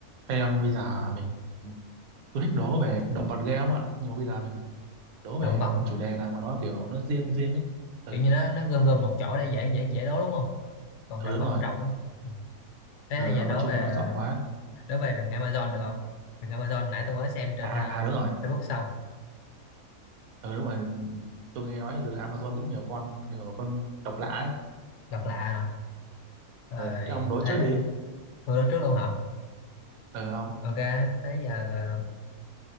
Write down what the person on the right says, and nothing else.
Ê ông bây giờ mình tôi thích đố về động vật ghê không ạ nhưng mà bây giờ mình đố
về
một
chủ đề nào mà nó kiểu nó riêng riêng ấy ừ
ừ
đúng
rồi
ừ
động
vật chung
thì nó rộng quá
ừ.
à
à, đúng rồi
ừ đúng rồi tôi nghe nói giờ Amazon cũng nhiều con kiểu con độc lạ ấy
ừ thế ông đố
trước đi
ừ ông